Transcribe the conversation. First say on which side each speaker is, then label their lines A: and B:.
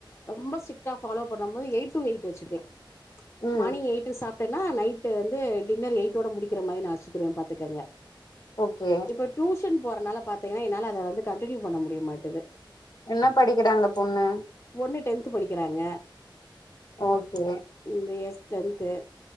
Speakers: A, on the left; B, on the left.
A: ரொம்ப ஸ்ட்ரிக்டா ஃபாலோ பண்ணும் போது எய்ட் டு எய்ட் வச்சுக்லா
B: ம்
A: மார்னிங் எயிட்டு சாப் எப்படின்னா நைட்டு வந்து டின்னர் எயிட்டோட முடிக்கிற மாரி நா வச்சிக்குறுவே பாத்துக்கங்க
B: ஓகே
A: இப்ப டியூஷன் போறனால பாத்தீங்கன்னா என்னால அத வந்து கன்டினியூ பண்ண முடிய மாட்டுது
B: என்ன படிக்கிறாங்க பொண்ணு
A: பொண்ணு டென்த்து படிக்கிறாங்க
B: ஓகே
A: இந்த இயர் டென்து